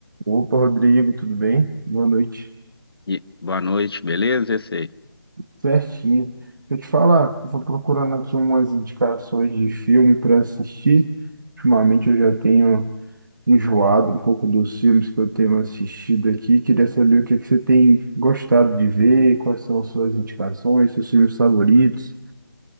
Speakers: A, on the right; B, on the left.
A: Opa, Rodrigo, tudo bem? Boa noite.
B: E boa noite, beleza? Esse aí.
A: Certinho. Deixa eu te falar, eu vou procurando aqui umas indicações de filme para assistir. Ultimamente eu já tenho enjoado um pouco dos filmes que eu tenho assistido aqui. Queria saber o que é que você tem gostado de ver, quais são suas indicações, seus filmes favoritos.